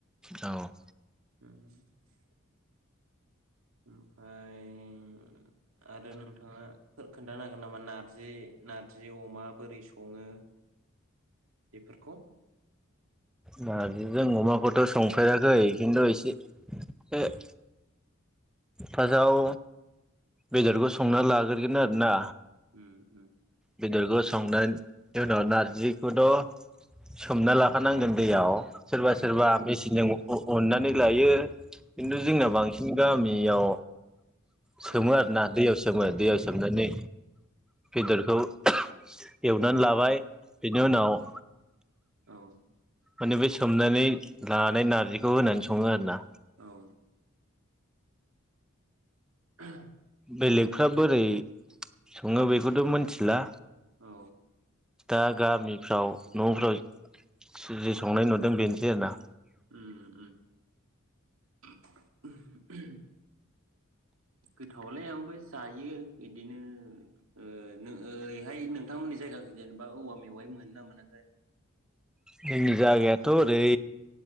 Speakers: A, in the centre; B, on the right (about 80°).
A: औ
B: <unintelligible> ओमफ्राय उम आरो नोंथाङा खोन्थानो हागोन नामा नार्जि नार्जि अमा बोरै सङो फोरखौ
A: नार्जिजों अमाखौथ' संफेराखै भिन्दसे बे <unintelligible> पाजाव बेदरखौ संना लाग्रोगोन आरोना
B: हम
A: बेदरखौ सं <unintelligible> अ नारजिखौथ' सोमना लाखानांगोन दैयाव सोरबा
B: उम
A: सोरबा
B: दैयाव
A: मेचिनजों
B: सोमनांगोन
A: अननानै लायो। खिन्थु जोंना बांसिन गामि बेयाव सोमो
B: औ
A: आरोना दैयाव सोमो
B: औ
A: दैयाव सोमनानै <unintelligible> एवनानै लाबाय बेनि उनाव
B: औ औ
A: माने बे सोमनानै लानानै नारजिखौ होनानै सङो आरो ना
B: औ <inaudible>
A: बेलेगफ्रा बोरै सङो बेखौथ' मोनथिला
B: औ
A: दा गामिफ्राव न'फ्राव जि जि संनाय नुदों बेनोसै आरोना
B: उम उम <unintelligible> गोथावलाय आंबो जायो। इदिनो ओ ओरैहाय नोंथांमोननि जायगाखौ जेनेबा औवा मेवाय मोनो ना मोना ज
A: जोंनि जागायाथ' ओरै